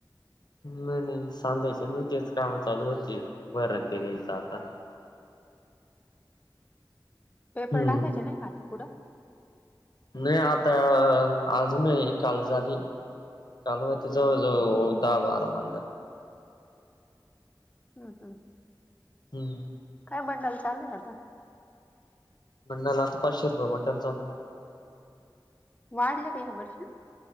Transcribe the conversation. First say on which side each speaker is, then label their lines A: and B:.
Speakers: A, on the left; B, on the left.
A: नाही नाही सांध्याचे न तेेच काम चालू होती बरं ते नयच आता
B: पेपर
A: हम्म.
B: टाकायच नाही का आता पुुडं
A: नाही आता आज नाही काल झाली चालूव ति ज जव दहा बारा म्हंटं
B: हम् हम
A: हम्म
B: काय बंडाल चालू आहे आता
A: मंडाला आता पाचशे रुपये मटलचाधी
B: वाढले का ह्या वर्षी